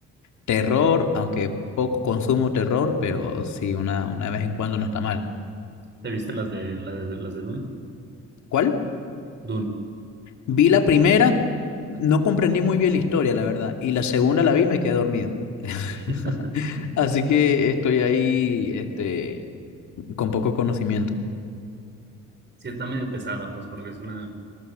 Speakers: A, on the left (about 70°); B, on the right (about 35°).
A: Terror, aunque poco consumo terror, pero sí, una, una vez en cuando no está mal.
B: ¿Te viste las de, la de, las de Dune?
A: ¿Cuál?
B: Dune.
A: Vi la primera, no comprendí muy bien la historia, la verdad, y la segunda la vi y me quedé dormido. <laughs>
B: <laughs>
A: Así que estoy ahí, este, con poco conocimiento.
B: Sí, está medio pesada, pues, porque es una...